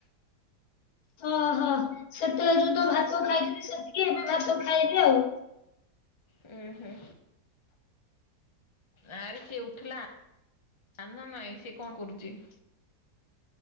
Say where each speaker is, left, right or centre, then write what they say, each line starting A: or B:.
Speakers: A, on the left; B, on the left.
A: ଓହୋ ସେତେବେଳେ ଯୋଉ ତ ଭାତ ଖାଇଥିଲି ସେତିକି ଏବେ ଭାତ ଖାଇବି ଆଉ
B: ହୁଁ ହୁଁ। ଆରେ ସିଏ ଉଠିଲା ସାନ ନାଇଁ ସିଏ କଣ କରୁଛି?